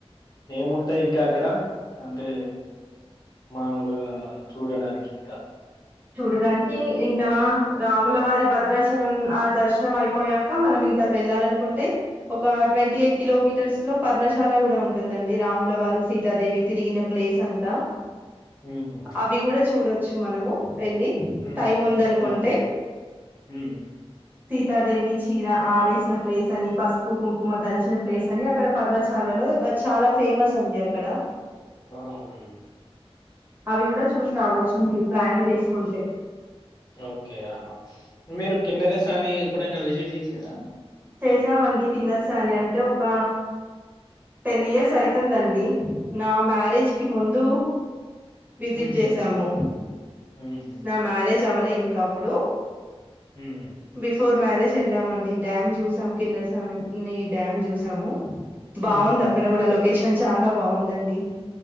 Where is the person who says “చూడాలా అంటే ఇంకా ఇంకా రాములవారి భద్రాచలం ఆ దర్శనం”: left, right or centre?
Right